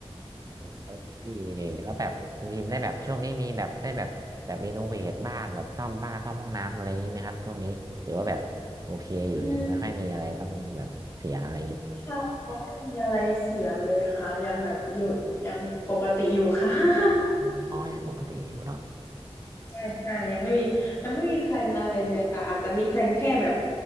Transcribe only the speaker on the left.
อืมค่ะว่ามีอะไรเสียเลยค่ะยังแบบอยู่ยังปกติอยู่ค่ะ <laughs>
ใช่ใช่ยังไม่มียังไม่มีแพลนอะไรเลยค่ะอาจจะมีแพลนแค่แบบ